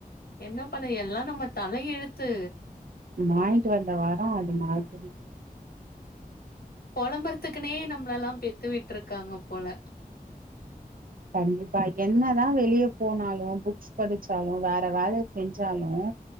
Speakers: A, on the left; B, on the right.
A: என்ன பண்ண எல்லா நம்ம தல எழுத்து
B: வாங்கிட்டு வந்த வரோ அது மாதிரி
A: பொலம்புறதுக்குனே நம்மளல்லா பெத்து விட்ருக்காங்க போல
B: கண்டிப்பா என்னதா வெளியே போனாலோ புக்ஸ் படிச்சாலோ வேற வேல செஞ்சாலோ